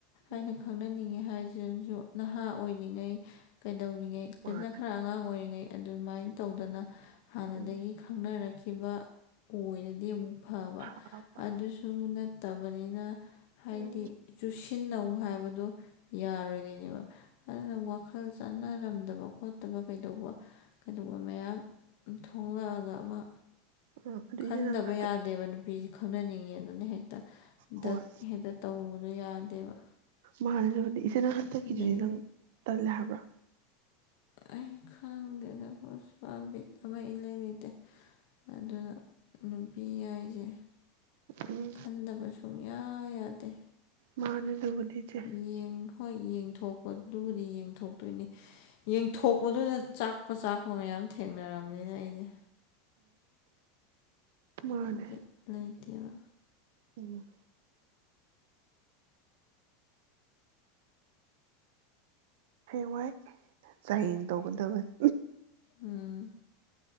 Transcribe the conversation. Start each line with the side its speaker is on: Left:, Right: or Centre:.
Right: ꯎꯝ
Left: ꯑꯩꯅ ꯈꯪꯅꯅꯤꯡꯉꯤ ꯍꯥꯏꯖꯦ ꯖꯨ ꯅꯍꯥ ꯑꯣꯏꯔꯤꯉꯩ ꯀꯩ ꯇꯧꯔꯤꯉꯩ ꯗꯗꯅ
Right: ꯃꯥꯅ
Left: ꯈꯔ ꯑꯉꯥꯡ ꯑꯣꯏꯔꯤꯉꯩ ꯑꯗꯨꯃꯥꯏ ꯇꯧꯗꯅ ꯑ ꯍꯥꯟꯅꯗꯒꯤ
Right: ꯎꯝ
Left: ꯈꯪꯅꯔꯩ ꯈꯤꯕ ꯑꯣꯏꯅꯗꯤ ꯑꯃꯨꯛ ꯐꯕ
Right: ꯍꯣꯏꯄ
Left: ꯑꯗꯨꯁꯨ ꯅꯠ ꯇꯕꯅꯤꯅ ꯍꯥꯏꯗꯤ
Right: ꯎꯝ
Left: ꯆꯨꯁꯤꯟꯅꯧ ꯍꯥꯏꯕꯗꯨ ꯌꯥꯔꯣꯏꯗꯣꯏꯅꯦꯕ ꯑꯗꯨꯅ ꯋꯥꯈꯜ ꯆꯥꯟꯅꯔꯝꯗꯕ ꯈꯣꯠꯇꯕ ꯀꯩꯗꯧꯕ- ꯀꯩꯗꯧꯕ ꯃꯌꯥꯝ ꯊꯣꯡꯂꯛꯑꯒ ꯑꯃ
Right: ꯎꯝ ꯑꯗꯨ
Left: ꯈꯟꯗꯕ
Right: ꯏꯆꯦ ꯅꯪ ꯍꯟꯗꯛ
Left: ꯌꯥꯗꯦꯕ꯫ ꯅꯨꯄꯤꯁꯦ ꯈꯪꯅꯅꯤꯡꯉꯦꯗꯅ ꯍꯦꯛ
Right: ꯍꯣꯏ
Left: ꯗꯛ ꯍꯦꯛꯇ ꯇꯧꯔꯨꯕꯗꯣ ꯌꯥꯗꯦꯕ꯫
Right: ꯃꯥꯅꯦ ꯑꯗꯨꯕꯨꯗꯤ ꯏꯆꯦ ꯅꯪ ꯍꯟꯗꯛꯀꯤꯗꯨꯗꯤ
Left: ꯑꯗꯒꯤꯗꯤ
Right: ꯅꯪ ꯇꯜꯂꯦ ꯍꯥꯏꯕ꯭ꯔꯥ?
Left: ꯑꯩ ꯈꯥꯡꯗꯦ ꯗ <unintelligible> ꯕꯤꯠ ꯑꯃꯥ ꯏꯂꯩ -ꯂꯩꯇꯦ ꯑꯗꯨꯅ ꯅꯨꯄꯤ ꯌꯥꯏꯁꯦ
Right: ꯎꯝ
Left: ꯈꯟꯗꯕ ꯁꯨꯡꯌꯥ ꯌꯥ ꯌꯥꯗꯦ꯫
Right: ꯃꯥꯅꯦ꯫ ꯑꯗꯕꯨꯗꯤ ꯆꯦ꯫
Left: ꯌꯦꯡ ꯍꯣꯏ ꯌꯦꯡꯊꯣꯛꯄꯗꯨꯕꯨꯗꯤ ꯌꯦꯡꯊꯣꯛꯇꯣꯏꯅꯤ ꯫ ꯌꯦꯡꯊꯣꯛꯄꯗꯨꯗ
Right: ꯎꯝ
Left: ꯆꯥꯛ ꯄ ꯆꯥꯛꯄ ꯃꯌꯥꯝ ꯊꯦꯡꯅꯔꯝꯅꯤꯅ ꯑꯩꯗꯤ꯫
Right: ꯎꯝ꯫ ꯃꯥꯅꯦ
Left: ꯕꯤꯠ ꯂꯩꯇꯕ꯫
Right: ꯎꯝ꯫ ꯍꯌꯦꯡꯋꯥꯏ ꯆꯥꯡꯌꯦꯡ ꯇꯧꯒꯗꯕꯅꯤ꯫
Left: ꯎꯝ꯫